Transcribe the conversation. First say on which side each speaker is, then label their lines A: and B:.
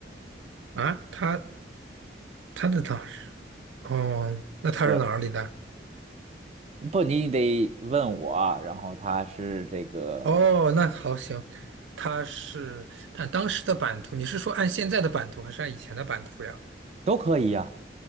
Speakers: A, on the right; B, on the right.
A: 啊，他他的当是，哦，那他是哪里的？
B: 对，不，你得问我啊，然后他是这个
A: 哦，那好行，他是，但当时的版图，你是说按现在的版图，还是按以前的版图呀？
B: 都可以呀、